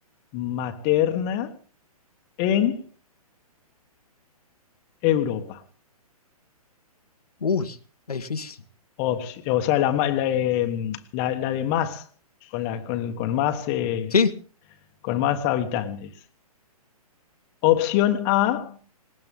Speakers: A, on the left (about 30°); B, on the left (about 75°).
A: materna en Europa?
B: Uy, está difícil.
A: Opci- o sea, la, ma- la, eh, la- la de más, con, la, con, con más, eh,
B: Sí,
A: con más habitantes. Opción A,